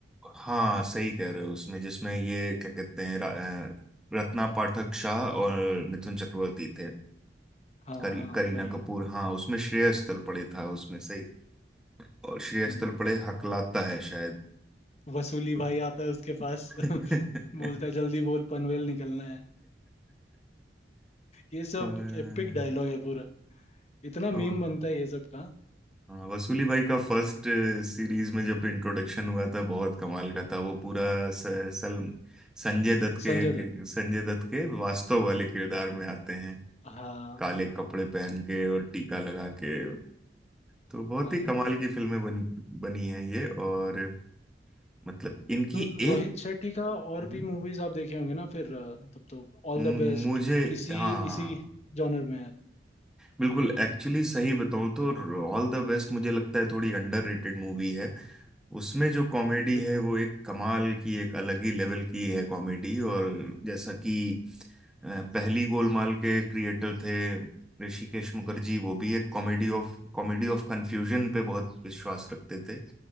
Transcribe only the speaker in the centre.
हाँ सही कह रहे हो उसमें जिसमें ये क्या कहते हैं रा- अ, रत्ना पाठक शाह और मिथुन चक्रवर्ती थे
करी,
करीना
कपूर हाँ उसमें श्रेयस तलपड़े था उसमें सही और श्रेयस
तलपड़े हकलाता है शायद
<laughs>
और,
और,
और,
वसूली भाई का फर्स्ट सीरीज में जब इंट्रोडक्शन हुआ था बहुत कमाल का था वो पूरा स, सल संजय दत्त के,
के
संजय दत्त के वास्तव वाले किरदार में आते हैं
काले कपड़े पहन के और टीका लगा के तो बहुत
ही कमाल की फिल्में बन, बनी हैं ये और मतलब इनकी
एक
हम्म।
मु-
मुझे
हाँ
बिल्कुल एक्चुअली सही बताऊं तो ऑल द बेस्ट मुझे लगता है थोड़ी अंडररेटेड मूवी है उसमें जो कॉमेडी
है वो एक कमाल की एक अलग ही लेवल की है कॉमेडी और जैसा कि अ, पहली गोलमाल के क्रिएटर थे ऋषिकेश मुखर्जी वो भी एक कॉमेडी ऑफ कॉमेडी ऑफ कन्फ्यूजन पे बहुत विश्वास रखते थे